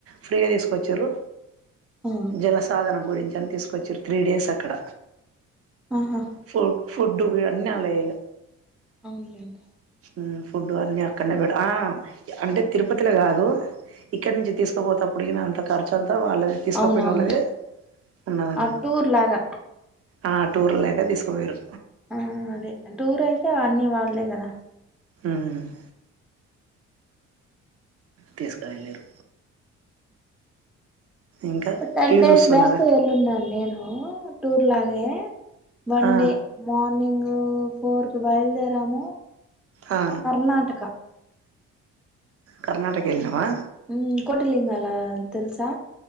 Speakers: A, on the right; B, in the centre.
A: ఫ్రీగా తీసుకొచ్చిరూ
B: ఆ
A: జల సాధన గురించి అని తీసుకొచ్చిరు త్రీ డేస్ అక్కడ
B: ఆహా
A: ఫు ఫూడ్డూ ఇగ అన్ని అల్లయే ఇగ
B: అవున్లేండి
A: ఉ ఫుడ్డు అన్నీ అక్కడనే పెడు ఆ అంటే తిరుపతిల గాదు ఇక్కడ్ నుంచి తీసుకోపోతప్పుడ్గిన అంత ఖర్చ్ అంతా వాళ్ళదే తీసుకుపోయినోళ్ళదే
B: అవును అవునులే
A: ఉన్నదన్నట్టు
B: ఆ టూర్ లాగా
A: ఆ టూర్ లాగా తీసుకపోయింరూ
B: ఆ అదే టూర్ అయితే అన్నీ వాళ్దే కదా
A: ఉమ్ తీస్క వెళ్ళిరూ ఇంకా
B: టెన్
A: టీవీ
B: డేస్
A: చూస్తున్నారా
B: బ్యాక్ వెళ్ళుండను నేను టూర్ లాగే వన్
A: ఆ
B: డే మార్నింగ్ ఫోర్కి బయలుదేరాము
A: ఆ
B: కర్ణాటక
A: కర్ణటక ఎల్లవా
B: ఉమ్ కోటిలింగాలా తెలుసా